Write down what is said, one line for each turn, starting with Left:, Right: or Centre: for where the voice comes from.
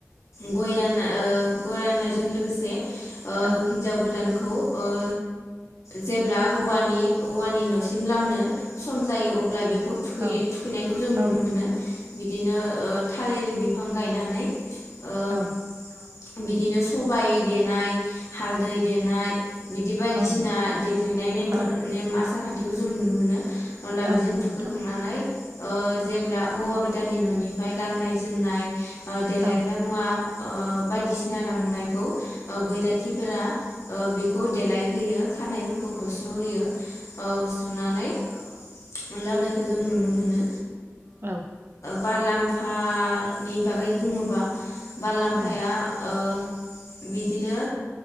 Left: गय रानो ओ। गय राननायजों लोगोसे हिन्जाव
Right: औ
Left: गोदानखौ ओ जेब्ला हौवानि हौवानि न'सिम लामनो सम जायो अब्ला बेखौ बेखौ थुखैयो
Right: औ
Left: थुखैनायखौ जों
Right: औ
Left: नुनो मोनो। बिदिनो थालिर बिफां गायनानै ओ
Right: औ।
Left: बिदिनो सबाय देनाय हालदै देनाय बिदि बायदिसिना
Right: औ नंगौ
Left: देग्लिनाय नेमफोर
Right: औ
Left: नेम आसार खान्थिखौ जों नुनो मोनो अला
Right: औ
Left: बेजों
Right: नंगौ
Left: थुखैखांनानै
Right: नोंथां
Left: ओ जेब्ला हौवा गोदाननि न'निफ्राय गाननाय जोमनाय देलग्रा
Right: औ
Left: मुवा ओ बायदिसिना लांनायखौ। बैराथिफोरा बेखौ देलायहोयो खानायफोरखौ होस्र'होयो। औ सुनानै। मोनलाबनायखौ जों नुनो मोनो।
Right: औ।
Left: बारलांम्फानि बागै बुङोबा बारलाम्फाया
Right: उम
Left: ओ बिदिनो